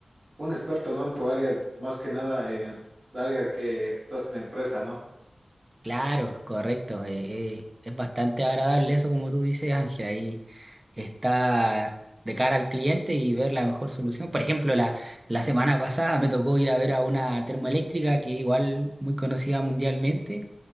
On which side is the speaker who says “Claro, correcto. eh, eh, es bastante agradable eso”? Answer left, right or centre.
Right